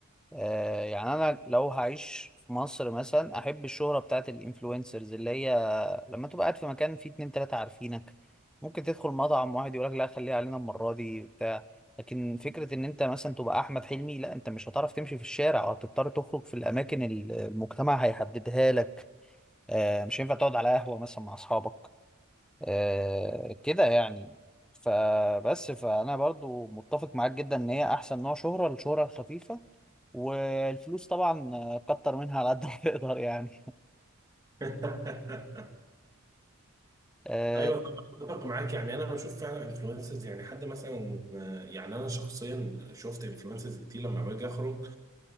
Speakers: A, in the centre; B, on the right.
A: آه، يعني أنا لو هعيش في مصر مثلا أحب الشهرة بتاعت الإنفلونسرز اللي هي لما تبقى قاعد في مكان فيه اتنين تلاتة عارفينك ممكن تدخل مطعم واحد يقولك لا خليها علينا المرة دي بتاع لكن فكرة ان انت مثلا تبقى احمد حلمي لا انت مش هتعرف تمشي في الشارع وهتضطر تخرج في الاماكن ال- المجتمع هيحددها لك آه مش هينفع تقعد على قهوة مثلا مع اصحابك آه كده يعني فبس فانا برضو متفق معاك جدا ان هي احسن نوع شهرة الشهرة الخفيفة والفلوس طبعا آه، كتر منها على قد ما <laughs> تقدر يعني
B: <laughs>
A: آه
B: ايوه طبعا اتفق معاك يعني انا بشوف فعلا انفلونسرز يعني حد مثلا آه، يعني انا شخصيا شفت انفلونسرز كتير لما باجي اخرج